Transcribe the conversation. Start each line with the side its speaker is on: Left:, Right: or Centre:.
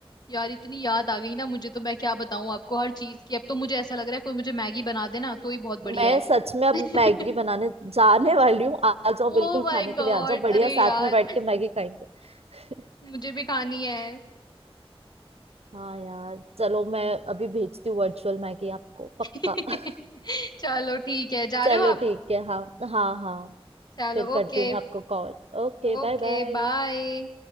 Left: यार इतनी याद आ गई ना मुझे तो मैं क्या बताऊं आपको हर चीज की अब तो मुझे ऐसा लग रहा है कोई मुझे मैगी बना देना तो ही बहुत बढ़िया
Right: मैं
Left: है
Right: सच में अब
Left: <laughs>
Right: मैगी बनाने जाने वाली हूँ आ आ जाओ
Left: ओ
Right: बिल्कुल
Left: माय
Right: खाने के
Left: गॉड
Right: लिए आ जाओ बढ़िया
Left: अरे
Right: साथ
Left: यार
Right: में बैठ के मैगी खाएंगे <laughs>
Left: मुझे भी खानी है
Right: हाँ यार चलो मैं अभी भेजती हूँ वर्चुअल मैगी आपको
Left: <laughs>
Right: पक्का <laughs>
Left: चलो ठीक है जा
Right: चलो
Left: रहे हो आप
Right: ठीक है हाँ हाँ हाँ
Left: चलो
Right: फिर करती
Left: ओके
Right: हूँ मैं आपको कॉल Okay
Left: Okay
Right: bye bye
Left: bye